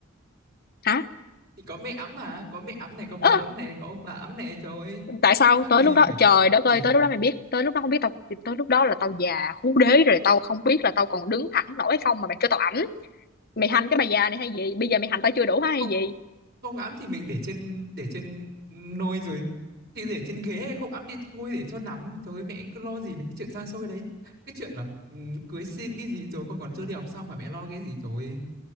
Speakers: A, on the left (about 45°); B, on the right (about 50°).
A: hả
B: thì có mẹ ấm mà có mẹ ấm này có bố
A: Ơ
B: ấm này có ông bà ấm này trời ơi
A: tại sao
B: thắc mắc
A: tới
B: gì
A: lúc đó
B: phải
A: trời đất ơi
B: chỉ
A: tới lúc đó mày biết tới lúc đó không biết tao tới lúc đó là tao già hú đế rồi tao không biết là tao còn đứng thẳng nổi hay không mà mày kêu tao ẩm mày hành cái bà già này hay gì bây giờ mày hành tao chưa đủ hả hay
B: không
A: gì
B: không ấm thì mình để trên để trên nôi rồi thì để trên ghế không ấm đi thôi để cho nằm trời ơi mẹ cứ lo gì mấy cái chuyện xa xôi đấy cái chuyện là ừm, cưới xin cái gì rồi con còn chưa đi học xong mà mẹ lo cái gì trời ơi